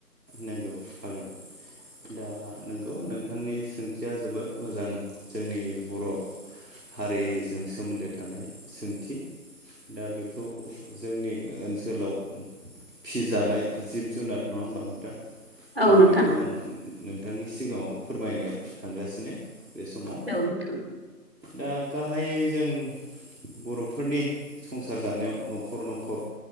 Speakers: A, on the right (about 85°); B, on the right (about 35°).
A: नंगौ हागोन। दा नंगौ नोंथांनि सोंथिया जोबोद मोजां जोंनि बर' हारिजों सोमोन्दो थानाय सोंथि दा बेखौ जोंनि ओनसोलाव फिजानाय जिब जुनार नङा होमबा नोंथां
B: औ
A: दा
B: नोंथां
A: बेखौ आं नोंथांनि सिगाङाव फोरमायनो थांगासिनो बे समाव
B: औ नोंथां
A: दा गाहायै जों बर'फोरनि संसार जानायाव न'खर न'खर